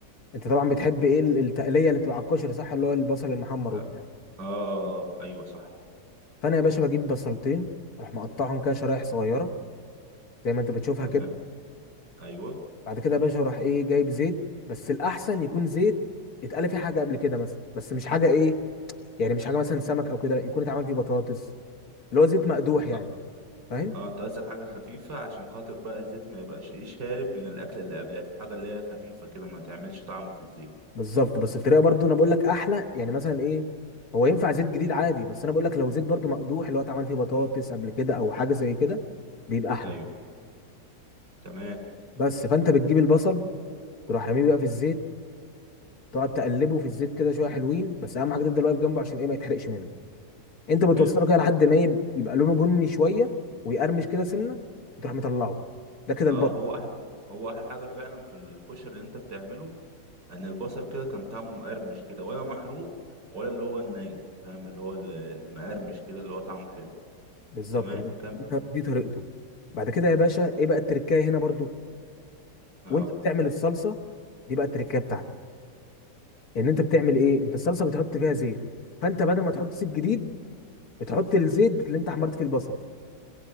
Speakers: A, on the left; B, on the right.
A: انت طبعا بتحب ايه ال- التقليه اللي بتبقى على الكشري صح اللي هو البصل المحمر
B: اه
A: وبتاع
B: آه، آه، ايوه صح
A: فانا يا باشا بجيب بصلتين اروح مقطعهم كده شرايح صغيره زي ما انت بتشوفها
B: تمام
A: كده
B: ايوه
A: بعد كده يا باشا اروح ايه جايب زيت بس الاحسن يكون زيت اتقلى فيه حاجه قبل كده مثلا بس مش حاجه ايه يعني مش حاجه مثلا سمك او كده لا يكون اتعمل فيه بطاطس اللي هو زيت مقدوح يعني
B: اه
A: فاهم
B: آه، انت قصدك حاجة خفيفة عشان خاطر بقى الزيت ما يبقاش ايه شارب من الاكل اللي قبلها حاجة اللي هي خفيفة كده ما تعملش طعم في الزيت
A: بالظبط بس الطريقه برضو انا بقول لك احلى يعني مثلا ايه هو ينفع زيت جديد عادي بس انا بقول لك لو زيت برضو مقدوح اللي هو اتعمل فيه بطاطس قبل كده او حاجه زي كده بيبقى احلى
B: ايوه تمام
A: بس فانت بتجيب البصل تروح رميه بقى في الزيت تقعد تقلبه في الزيت كده شويه حلوين بس اهم حاجه تفضل واقف جنبه عشان ايه ما يتحرقش منك انت بتوصله
B: حلو
A: كده لحد ما يب- يبقى لونه بني شويه ويقرمش كده سنه وتروح مطلعه ده كده
B: اه
A: البط
B: هو احلى هو احلى حاجه فعلا في الكشري اللي انت بتعمله ان البصل كده كان طعمه مقرمش كده ولا محروق ولا اللي هو الني فاهم اللي هو ال- المقرمش كده اللي هو طعمه حلو
A: بالظبط
B: تمام
A: ما-
B: كمل
A: دي ط- دي طريقته بعد كده يا باشا ايه بقى التركايه هنا برضو
B: اه
A: وانت بتعمل الصلصه دي بقى التركايه بتاعتك ان انت بتعمل ايه انت الصلصه بتحط فيها زيت فانت بدل ما تحط زيت جديد بتحط الزيت اللي انت حمرت فيه البصل